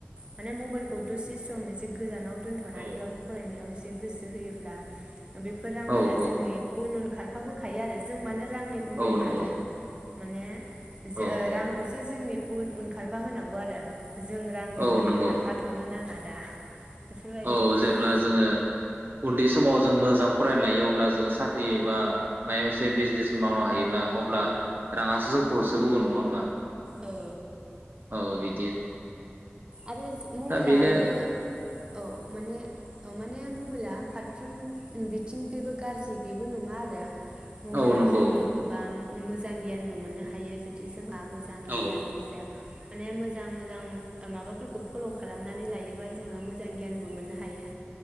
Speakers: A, on the right; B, on the right.
A: माने मबाइल दसे सम एसे गोजानाव दोनथ'नानैब्लाबो
B: औ
A: फरायनायाव एसे गोसो होयोब्ला बेफोर रांफोरा
B: औ
A: जोंनि उन उन खार खाबोखायो आरो जों मानो रांनि उन
B: औ
A: उन खारनो
B: नंगौ
A: माने जो
B: औ
A: ओ रांखौसो
B: औ
A: जोंनि उन उन खारफा होनांगौ आरो। जों रांनि
B: औ
A: उन उन
B: नंगौ
A: खारफा नाङा दा। बेफोरबायदि
B: औ
A: मोनो
B: जेब्ला
A: आरो
B: जोङो उन्दै समाव जों मो मोजां फरायनालायो अब्ला जोङो साख्रि एबा मायाव मोनसे बि जे समावनो हायोब्ला अ अब्ला राङासो जोंखौ हो बोगोन नङा होमबा।
A: औ
B: औ बि
A: आरो मबाइलाबो
B: बेनो
A: औ माने माने मबाइला फारफ्रोम बिथिंखै गाज्रि बेबो नङा आरो मबाइलाव
B: औ नंगौ
A: जोङो गोबां मोजां गियानबो मोननो हायो जुदि जोंहा मोजां
B: औ
A: गियाननि जाया माने मोजां मोजां। माबाफोरखौ फल' खालामनानै लायोबा जोङो मोजां गियानबो मोननो हायो